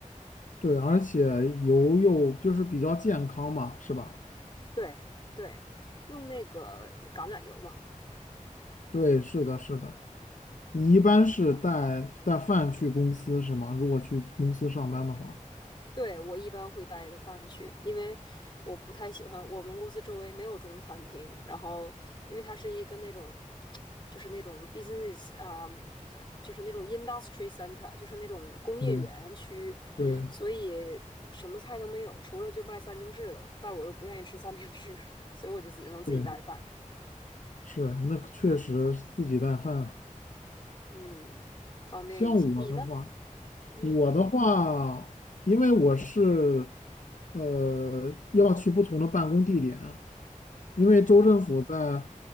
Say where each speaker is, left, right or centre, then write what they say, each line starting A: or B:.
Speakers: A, on the left; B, on the left.
A: <laughs> 对，而且油又就是比较健康嘛，是吧？
B: 对对，用那个橄榄油嘛，
A: 对，是的，是的。你一般是带带饭去公司是吗？如果去公司上班的话，
B: 对，我一般会带着饭去，因为我不太喜欢我们公司周围没有中餐厅。然后，因为它是一个那种，就是那种 business 啊、呃就是那种 industry center，就是那种工业园区，
A: 对对
B: 所以什么菜都没有，除了就卖三明治的。但我又不愿意吃三明治，<laughs> 所以我就只能自己带饭，
A: 对，是，那确实自己带饭。
B: 嗯，方便一些。
A: 像我的话，
B: 你呢？嗯，
A: 我的话，因为我是呃要去不同的办公地点。因为州政府在
B: 哦，